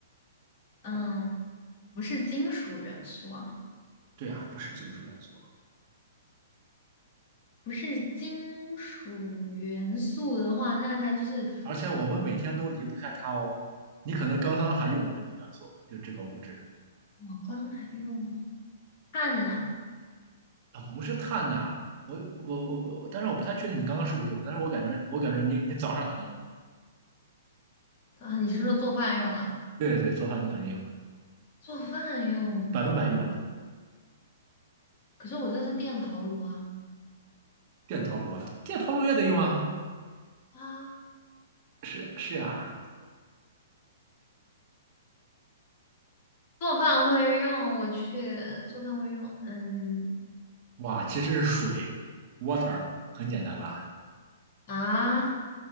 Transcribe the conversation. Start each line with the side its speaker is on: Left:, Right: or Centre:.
Left: 嗯，不是金属元素啊，
Right: 对啊，不是金属元素，
Left: 不是金属元素的话，那它就是
Right: 而且我们每天都离不开它哦。你可能刚刚还用了这个元素，就这个物质
Left: 我刚还用啊碳呐
Right: 啊，不是碳呐、我我我我，但是我不太确定你刚刚是不是用，但是我感觉我感觉你你早上肯定用，
Left: 啊，你是说做饭用啊？
Right: 对对，做饭你肯定用，
Left: 做饭用的，
Right: 百分百用了。
Left: 可是我这是电陶炉啊
Right: 电陶炉啊，电陶炉也得用啊，
Left: 啊，
Right: 是是啊，
Left: 做饭会用，我去做饭会用，嗯
Right: 哇，其实是水，water，很简单吧？
Left: 啊